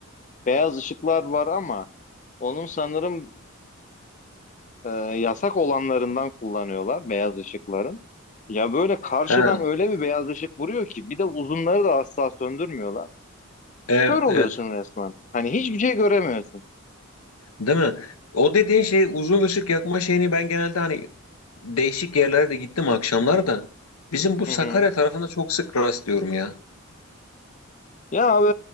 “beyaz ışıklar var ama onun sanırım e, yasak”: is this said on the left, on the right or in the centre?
Left